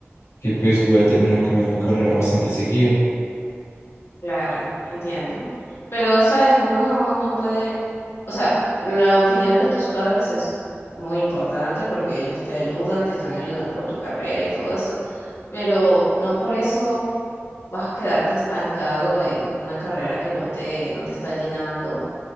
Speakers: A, on the left; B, on the left.
A: que pues voy a terminar cambiando de carrera bastante seguido.
B: claro, entiendo. Pero, sabes, uno no, no puede, o sea, la opinión de tus padres es muy importante porque ellos te ayudan, te están ayudando con tu carrera y todo eso, pero no por eso vas a quedarte estancado en una carrera que no te, no te está llenando